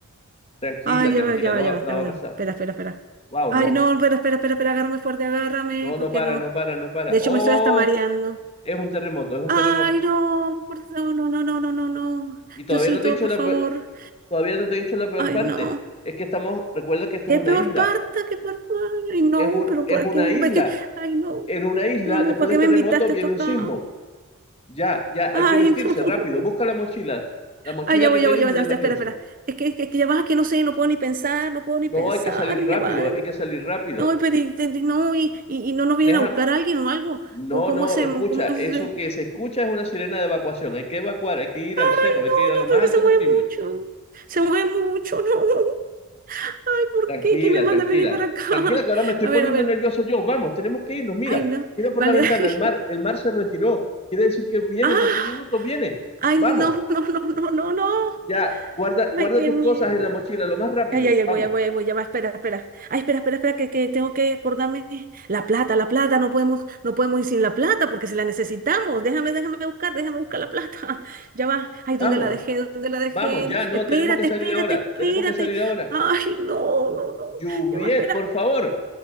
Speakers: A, on the left; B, on the right.
A: tranquila,
B: ay,
A: tranquila,
B: ya va, ya
A: no,
B: va, ya
A: va-
B: va,
A: no
B: ya
A: va
B: va,
A: a
B: ya
A: pasar.
B: va. Espera, espera, espera.
A: Wow,
B: Ay,
A: no,
B: no, espera, espera, espera, espera, agárrame fuerte, agárrame,
A: no,
B: porque
A: no para,
B: no.
A: no para, no para.
B: De hecho,
A: Oh,
B: me estoy hasta mareando.
A: es un terremoto, es un
B: Ay,
A: terremoto.
B: no, por- no, no, no, no, no, no, no.
A: Y todavía
B: Diosito,
A: no te he dicho
B: por
A: la
B: favor.
A: peor- todavía no te he dicho la peor
B: Ay,
A: parte.
B: no.
A: Es que estamos, recuerda que esto
B: qué
A: es una
B: peor
A: isla,
B: parte qué peor parta. Ay, no,
A: es un,
B: pero
A: es
B: ¿para
A: una
B: qué?
A: isla.
B: ¿Para qué? Ay, no,
A: en una isla,
B: no, no,
A: después
B: ¿para qué
A: del
B: me
A: terremoto
B: invitaste
A: viene
B: tú acá?
A: un sismo. Ya, ya, hay
B: Ay,
A: que vestirse
B: <laughs> no.
A: rápido. Busca la mochila, la mochila
B: Ay, ya
A: que
B: voy,
A: te
B: ya voy,
A: dije
B: ya voy,
A: de
B: ya,
A: emergencia.
B: ya, espera, espera. Es que, es que, es que ya vas, que no sé, no puedo ni pensar, no puedo ni
A: No,
B: pensar,
A: hay que salir rápido,
B: ya va.
A: hay que salir rápido.
B: No, pero y- y- no, y, y, y no nos vienen
A: Deja,
B: a buscar a alguien o algo.
A: no,
B: ¿Cómo, cómo
A: no,
B: hacemos?
A: escucha,
B: ¿Cómo es?
A: eso
B: Ay,
A: que se escucha es una sirena de evacuación. Hay que evacuar, hay que ir
B: no,
A: al cerro, hay que ir a lo
B: no,
A: más
B: porque
A: alto
B: se mueve
A: posible.
B: mucho. Se mueve mucho, <laughs> no. Ay, ¿por
A: Tranquila,
B: qué? ¿Quién me manda
A: tranquila.
B: a venir para acá?
A: Tranquila que ahora me estoy
B: A
A: poniendo
B: ver, a ver.
A: nervioso yo. Vamos, tenemos que irnos. Mira,
B: Ay, no.
A: mira por
B: Vale,
A: la ventana,
B: <laughs> dale.
A: el mar, el mar se retiró. Quiere decir que viene
B: Ah.
A: en cualquier minuto, viene.
B: Ay,
A: Vamos.
B: no, no, no, no, no, no.
A: Ya, guarda,
B: Ay,
A: guarda
B: qué
A: tus
B: miedo.
A: cosas en la mochila, lo más rápido.
B: Ay, ay, ay,
A: Vamos,
B: voy, ay, voy, ay, voy, ya va, espera, espera. Ay, espera, espera, espera, que, que tengo que acordarme. La plata, la plata, no podemos, no podemos ir sin la plata porque si la necesitamos. Déjame, déjame buscar, déjame buscar la plata. <laughs> Ya va. Ay, ¿dónde
A: vamos,
B: la dejé? ¿Dónde la dejé?
A: vamos, ya, no,
B: Espérate,
A: tenemos que salir
B: espérate,
A: ahora,
B: espérate.
A: tenemos que salir ahora.
B: Ay, no, no, no.
A: Juviet,
B: Ya va, espera.
A: por favor,